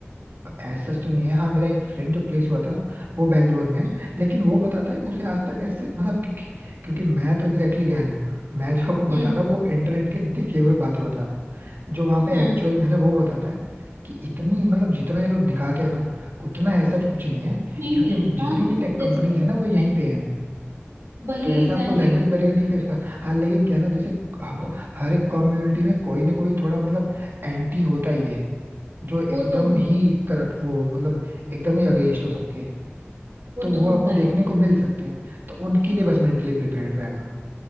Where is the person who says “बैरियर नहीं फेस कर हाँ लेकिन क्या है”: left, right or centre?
Right